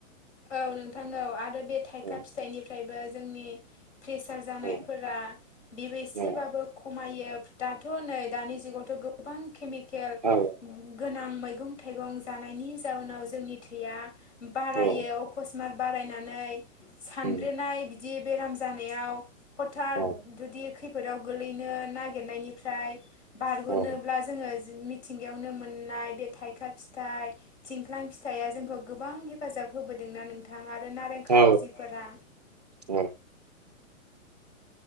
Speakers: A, on the left (about 60°); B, on the right (about 30°).
A: औ नोंथां औ आरो बे थाइखा
B: दङ
A: फिथाइनिफ्रायबो जोंनि प्रेसार जानायफोरा
B: औ
A: बिबैसेबाबो
B: औ
A: खमायो। दाथ' नै दानि जुगावथ' गोबां केमिकेल
B: औ
A: गोनां मैगं थाइगं जानायनि जाउनाव जोंनि थैया बारायो
B: औ
A: अकसमात बारायनानै सानब्रेनाय
B: उम
A: बिदि बेराम जानायाव हथात
B: औ
A: जुदि खैद फोराव गोगलैनो नागिरनायनिफ्राय बारग'नोब्ला
B: औ
A: जोङो मिथिंगायावनो मोननाय बे थाइखा फिथाइ थिनथ्लां फिथाइया जोंखौ गोबां हेफाजाब होबोदोंना नोंथां आरो नारें खारजिफोरा
B: औ औ